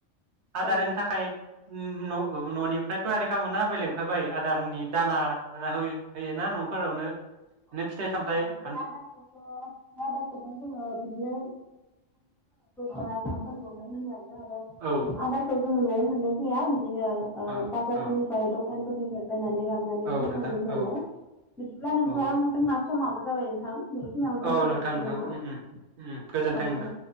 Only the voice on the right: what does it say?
आदार
होनो थाखाय उम न'निफ्राय थयारि खामोना बेलेगनिफराय बायो आदारनि दाना हो होयोना न'फोरावनो?
बिदिनो फिथाइ सामथाइ
हान
औ
औ
औ
औ
नोंथां
औ
औ
औ नोंथां नोंथां
उम उम उम गोजोन्थों
नोंथां